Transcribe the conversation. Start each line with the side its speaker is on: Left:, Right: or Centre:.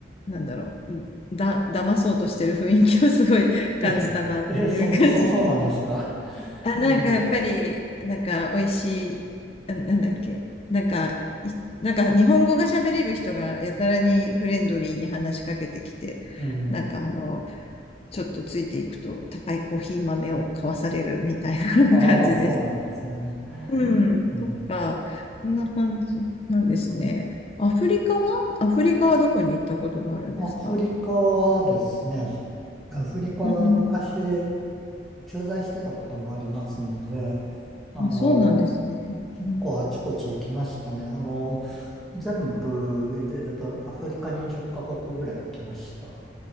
Left: なんだろう、だ、騙そうとしてる雰囲気をすごい感じたなっていう感じ。
Centre: え、え、そん、そ、そうなんですか。
Left: あ、
Centre: うん、
Left: なんかやっぱり、
Centre: まあ
Left: なんか美味しい、あなんだっけ、なんか、いなんか日本語が喋れる人がやたらにフレンドリーに話しかけてきて、
Centre: うん。
Left: なんかあの、ちょっとついていくと高いコーヒー豆を買わされるみたいな
Centre: ああ、
Left: <laughs> 感じです。
Centre: そうなんですね。
Left: うん、
Centre: うん。
Left: そっか、そんな感じなんですね。アフリカはアフリカはどこに行ったことがあるんですか
Centre: アフリカはですね、アフリカは昔
Left: うん、
Centre: 駐在してたこともありますんで、あの、
Left: あ、そうなんですね。
Centre: 結構あちこち行きましたね。
Left: うん
Centre: あの、全部入れるとアフリカ20カ国ぐらい行きました。